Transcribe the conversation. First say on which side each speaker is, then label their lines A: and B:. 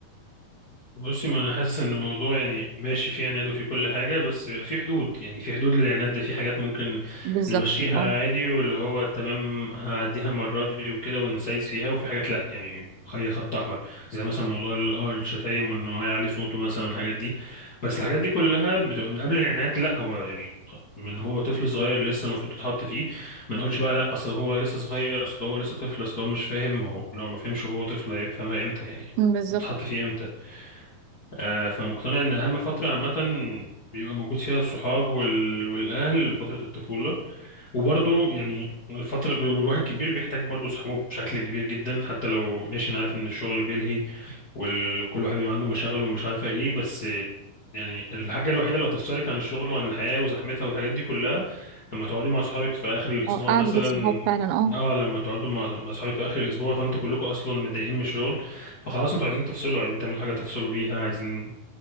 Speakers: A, on the left; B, on the right.
A: بصي ما انا حاسس ان الموضوع يعني ماشي في عناد وفي كل حاجه بس بيبقى في حدود يعني في حدود للعناد ده في حاجات ممكن
B: بالظبط
A: نمشيها
B: اه
A: عادي واللي هو تمام هعديها المره دي وكده ونسايس فيها وفي حاجات لا يعني خليها خط احمر زي مثلا موضوع ال- اه الشتايم وان هو يعلي صوته مثلا والحاجات دي بس الحاجات دي كلها بتبقى من قبل العناد لا هو يعني من هو طفل صغير لسه المفروض تتحط فيه ما نقولش بقى لا اصل هو لسه صغير اصل هو لسه طفل اصل هو مش فاهم ما هو لو ما فهمش هو طفل هيفهمها امتى يعني
B: أمم، بالظبط
A: تتحط فيه امتى آه، فمقتنع ان اهم فتره عامه بيبقى موجود فيها الصحاب وال... والاهل فتره الطفوله وبرضه يعني الفتره والواحد كبير بيحتاج برضه صحابه بشكل كبير جدا حتى لو ماشي انا عارف ان الشغل بيلهي وال- وكل واحد بيبقى عنده مشاغل ومش عارفه ايه بس يعني الحاجه الوحيده اللي هتفصلك عن الشغل وعن الحياه وزحمتها والحاجات دي كلها لما تقعدي مع اصحابك في اخر الاسبوع
B: اه قعدة
A: مثلا
B: الصحاب فعلا اه
A: اه لما تقعدوا مع مع اصحابك في اخر الاسبوع فانتوا كلكم اصلا متضايقين من الشغل فخلاص انتوا عايزين تفصلوا عايزين تعملوا حاجه تفصلوا بيها عايزين